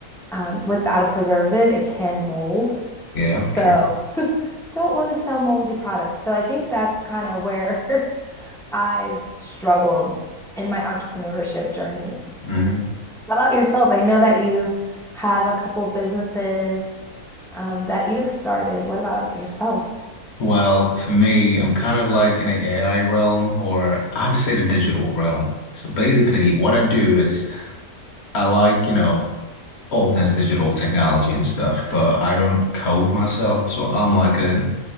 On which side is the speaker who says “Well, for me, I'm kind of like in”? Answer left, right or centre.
Left